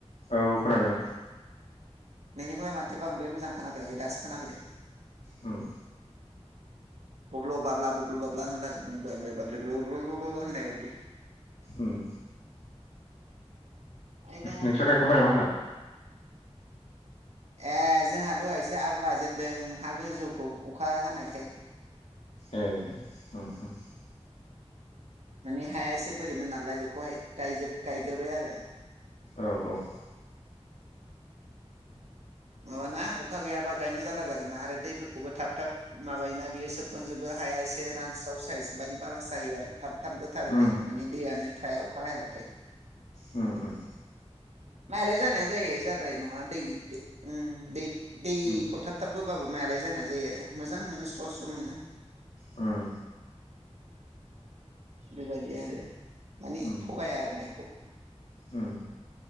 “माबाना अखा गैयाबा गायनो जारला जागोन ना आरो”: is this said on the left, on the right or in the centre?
Right